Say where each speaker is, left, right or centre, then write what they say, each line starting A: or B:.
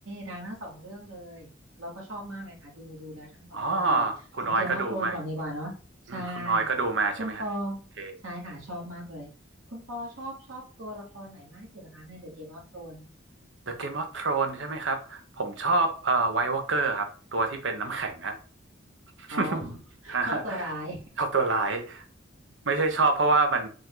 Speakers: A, on the right; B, on the right.
A: ดังทั้งสองเรื่องเลยเราก็ชอบมากเลยค่ะดูดูแล้วทั้งสองเรื่องเลยเอาเกมออฟโธรนก่อนดีกว่าเนาะใช่
B: อ๋อ คุณออยก็ดูมาอืมคุณออยก็ดูมาใช่ไหมฮะโอเค
A: คุณปอใช่ค่ะชอบมากเลยคุณปอชอบชอบตัวละครไหนมากที่สุดนะคะใน The Game of Thrones
B: The Game of Thrones ใช่ไหมครับ ผมชอบเอ่อ White Walker ครับ ตัวที่เป็นน้ำแข็งอะ <laughs>
A: อ๋อ <laughs>
B: ฮะ
A: ชอบตัวร้าย
B: ชอบตัวร้ายไม่ใช่ชอบเพราะว่ามัน